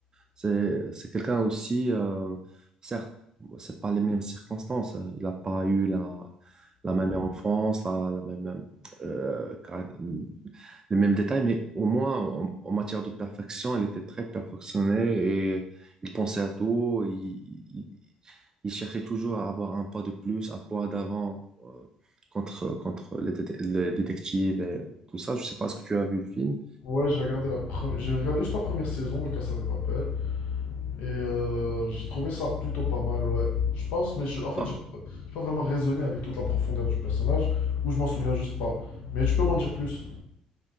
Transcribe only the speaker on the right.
C'est, c'est quelqu'un aussi, euh, certes, c'est pas les mêmes circonstances. hein. Il n'a pas eu la, la même enfance, la, la même euh, caract- les mêmes détails, mais au moins en, en matière de perfection, elle était très perfectionnée et il pensait à tout. Il, il- il cherchait toujours à avoir un pas de plus, un pas d'avant euh, contre, contre les, dé- les détectives et tout ça. Je sais pas ce que tu as vu le film.
Par,